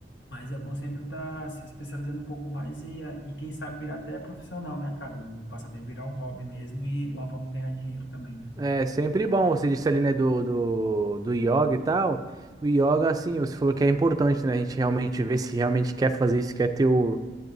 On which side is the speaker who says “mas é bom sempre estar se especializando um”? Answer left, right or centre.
Left